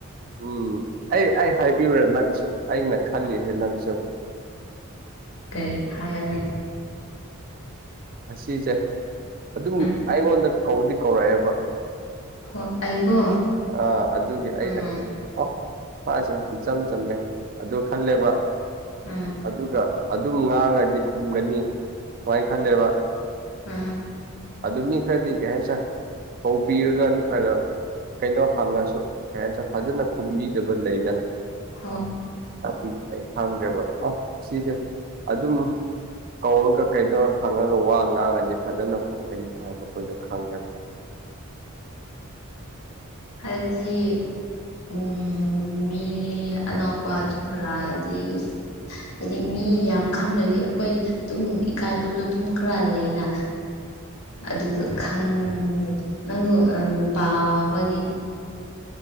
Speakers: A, on the right (about 40°); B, on the left (about 80°).
A: ꯎꯝ ꯑꯩ ꯑꯩ ꯍꯥꯏꯕꯤꯌꯨꯨꯔꯥ ꯅꯪꯁꯨ ꯑꯩꯅ ꯈꯜꯂꯤꯁꯦ ꯅꯪꯁꯨ
B: ꯀꯩ ꯍꯥꯏꯒꯦ
A: ꯑꯁꯤꯁꯦ ꯑꯗꯨꯝ
B: ꯎꯝ
A: ꯑꯩꯉꯣꯟꯗ ꯀꯧꯗꯤ ꯀꯧꯔꯛꯑꯦꯕ
B: ꯍꯣ ꯑꯩꯀꯣ
A: ꯑꯥ ꯑꯗꯨꯒꯤ ꯑꯩꯅ
B: ꯎꯝ
A: ꯈꯜꯂꯤꯁꯦ ꯑꯣ ꯐꯁꯦ ꯏꯆꯝ ꯆꯝꯃꯦ ꯑꯣ ꯈꯜꯂꯦꯕ
B: ꯎꯝ
A: ꯑꯗꯨꯒ ꯑꯗꯨꯝ ꯉꯥꯡꯉꯗꯤ ꯈꯨꯝꯒꯅꯤ ꯁꯨꯃꯥꯏꯅ ꯈꯜꯂꯦꯕ
B: ꯑꯝ
A: ꯑꯗꯨ ꯑꯗꯨꯝ ꯃꯤ ꯀꯗꯤ ꯀꯦꯁ ꯀꯧꯕꯧꯕꯤꯔꯒ ꯅꯠꯇ꯭ꯔꯒ ꯀꯩꯅꯣ ꯍꯪꯉꯁꯨ ꯀ ꯍꯥꯏꯦ ꯐꯖꯅ ꯈꯨꯝꯕꯤꯗꯕ ꯂꯩ
B: ꯍ
A: ꯄꯤ ꯑꯩ ꯈꯪꯈ꯭ꯔꯦꯕ ꯑꯣ ꯁꯤꯁꯦ ꯑꯗꯨꯝ ꯀꯧꯔꯒ ꯀꯩꯅꯣ ꯍꯪꯉꯒ ꯂ ꯋꯥ ꯉꯥꯡꯉꯗꯤ ꯐꯖꯅ ꯈꯨꯝꯒꯅꯤ ꯍꯥꯏꯕ ꯑꯩꯈꯣꯏꯗꯣ ꯈꯪꯉꯦ
B: ꯍꯥꯏꯗꯤ ꯎꯝ ꯃꯤ ꯑꯅꯥꯎꯕꯥ ꯔꯖꯤ ꯍꯥꯏꯗꯤ ꯃꯤ ꯌꯥꯝ ꯈꯪꯅꯗꯤ ꯑꯩꯈꯣꯏ ꯑꯗꯨꯝ ꯏꯀꯥꯏꯕꯗꯣ ꯑꯗꯨꯝ ꯈꯔ ꯂꯩꯌꯦꯅ ꯑꯗꯨꯗꯣ ꯈꯪꯕ ꯅꯪꯁꯨ ꯅꯨꯄꯥ ꯍꯣꯏꯒꯤ